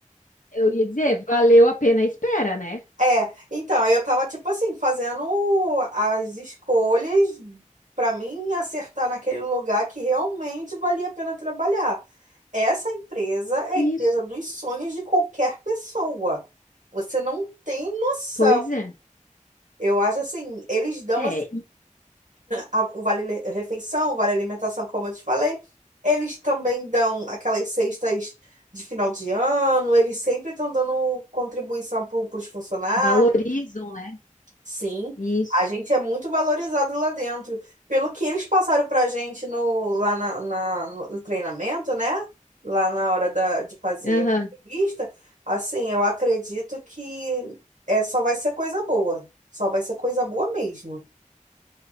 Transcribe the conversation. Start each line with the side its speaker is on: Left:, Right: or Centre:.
Left: eu ia dizer, valeu a pena a espera, né?
Right: É, então, aí eu tava, tipo assim, fazendo as escolhas para mim acertar naquele lugar que realmente valia a pena trabalhar. Essa empresa é a
Left: Isso.
Right: empresa dos sonhos de qualquer pessoa. Você não tem noção.
Left: Pois é.
Right: Eu acho assim, eles dão
Left: É, e
Right: a- o vale refeição, o vale alimentação, como eu te falei. Eles também dão aquelas cestas de final de ano, eles sempre estão dando contribuição para os funcionários.
Left: valorizam, né?
Right: Sim,
Left: Isso.
Right: a gente é muito valorizado lá dentro. Pelo que eles passaram para a gente no, lá na, na- no no treinamento, né? Lá na hora da, de fazer
Left: Aham.
Right: a entrevista, assim, eu acredito que é, só vai ser coisa boa. Só vai ser coisa boa mesmo.